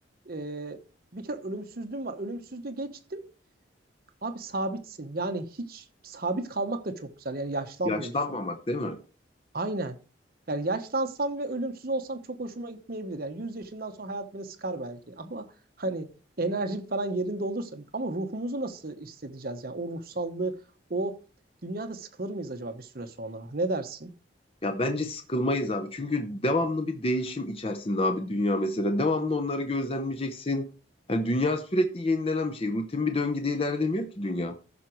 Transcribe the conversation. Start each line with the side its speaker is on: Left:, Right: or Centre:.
Right: e, bir kere ölümsüzlüğüm var, ölümsüzlüğü geçtim. Abi sabitsin. Yani hiç sabit kalmak da çok güzel. Yani yaşlanmıyorsun.
Left: yaşlanmamak değil mi?
Right: Aynen. Yani yaşlansam ve ölümsüz olsam çok hoşuma gitmeyebilir. Yani 100 yaşından sonra hayat beni sıkar belki. <laughs> Ama hani enerjim falan yerinde olursa ama ruhumuzu nasıl hissedeceğiz? Yani o ruhsallığı, o dünyada sıkılır mıyız acaba bir süre sonra? Ne dersin?
Left: Ya bence sıkılmayız abi. Çünkü devamlı bir değişim içerisinde abi dünya mesela. Devamlı onları gözlemleyeceksin. Yani dünya sürekli yenilenen bir şey. Rutin bir döngüde ilerlemiyor ki dünya.